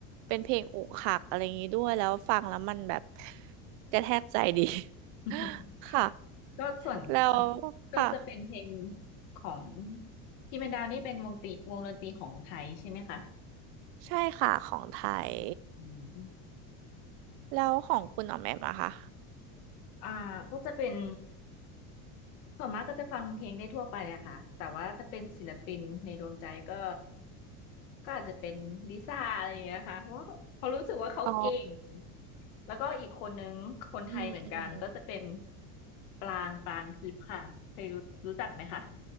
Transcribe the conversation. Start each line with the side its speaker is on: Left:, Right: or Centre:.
Right: เป็นเพลงอกหักอะไรอย่างนี้ด้วยแล้วฟังแล้วมันแบบกระแทกใจดี
Left: อืม
Right: <laughs>
Left: <laughs>
Right: ค่ะ
Left: ก็ส่วนส่วน
Right: แล้ว
Left: ก็จะเป็นเพลง
Right: ค่ะ
Left: ของที่เมนดาวนี่เป็นวงตีวงดนตรีของไทยใช่ไหมคะ
Right: ใช่ค่ะของไทย
Left: อืม
Right: แล้วของคุณออกแบบมาค่ะ
Left: อ่าก็จะเป็น ส่วนมากก็จะฟังเพลงได้ทั่วไปอะค่ะ แต่ว่าถ้าเป็นศิลปินในดวงใจก็ก็อาจจะเป็นลิซ่าอะไรอย่างเงี้ยค่ะเพราะว่าเขารู้สึกว่าเขาเก่ง
Right: อ๋อ
Left: แล้วก็อีกคนนึงคนไทยเหมือนกันก็จะเป็น
Right: อืมอืม
Left: ปรางปรางทิพย์ค่ะเคยรู้รู้จักไหมคะ